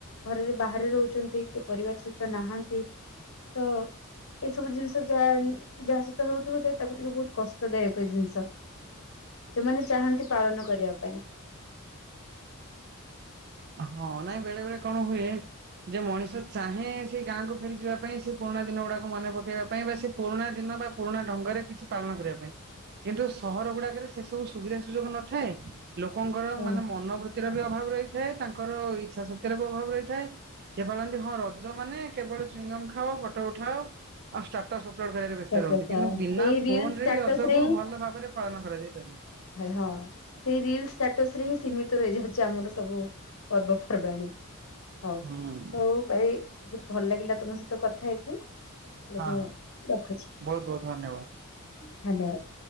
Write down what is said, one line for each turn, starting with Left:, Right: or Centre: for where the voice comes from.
Left: ଘରେରେ ବାହାରେ ରହୁଛନ୍ତି କିଏ ପରିବାର ସହିତ ନାହାନ୍ତି, ତ ଏଇସବୁ ଜିନିଷ ଯାହା ଯାହା ସହିତ ହଉଥିବ ସେଇ ତାକୁ ଟିକେ ବହୁତ କଷ୍ଟଦାୟକ ଏଇ ଜିନିଷ। ଯୋଉମାନେ ଚାହାନ୍ତି ପାଳନ କରିବା ପାଇଁ।
Right: ହଁ, ନାଇଁ ବେଳେ ବେଳେ କଣ ହୁଏ। ଯେ ମଣିଷ ଚାହେଁ ସେ ଗାଁକୁ ଫେରି ଯିବା ପାଇଁ ସେ ପୁରୁଣା ଦିନ ଗୁଡାକୁ ମନେ ପକେଇବା ପାଇଁ ବା ସେ ପୁରୁଣା ଦିନ ବା ପୁରୁଣା ଢଙ୍ଗ ରେ କିଛି ପାଳନ କରିବା ପାଇଁ କିନ୍ତୁ ସହର ଗୁଡାକରେ ସେ ସବୁ ସୁବିଧା ସୁଯୋଗ ନଥାଏ, ଲୋକଙ୍କର
Left: ହଁ।
Right: ମାନେ ମନୋବୃତ୍ତିର ବି ଅଭାବ ରହି ଥାଏ, ତାଙ୍କର ଇଚ୍ଛା ଶକ୍ତିର ଅଭାବ ରହିଥାଏ ସେ ପାଳନ୍ତି ହଁ ର ମାନେ କେବଳ ଚୁଇଙ୍ଗମ ଖାଅ, ଫଟୋ ଉଠାଅ। ଆଉ ଷ୍ଟାଟସ୍ ଅପଲୋଡ କରାରେ ବ୍ୟସ୍ତ
Left: ଷ୍ଟାଟସ
Right: ରୁହନ୍ତି, କିନ୍ତୁ ବିନା
Left: ସେଇ ରିଲ
Right: ଫୋନ
Left: ଷ୍ଟାଟସ
Right: ରେ ବି ରଜକୁ
Left: ହିଁ
Right: ଭଲ ଭାବରେ ପାଳନ କରାଯାଇପାରିବ।
Left: ହଁ ସେଇ ରିଲ ଷ୍ଟାଟସ ରେ ହିଁ ସୀମିତ ରହିଯାଉଛି ଆମର ସବୁ ପର୍ବପର୍ବାଣୀ। ହଉ
Right: ହୁଁ
Left: ହଉ ଭାଇ ବହୁତ ଭଲ ଲାଗିଲା ତୁମ ସହିତ କଥା ହେଇକି। ହେଲେ
Right: ହଁ
Left: ମୁଁ ରଖୁଛି
Right: ବହୁତ ବହୁତ ଧନ୍ୟବାଦ।
Left: ଧନ୍ୟବାଦ।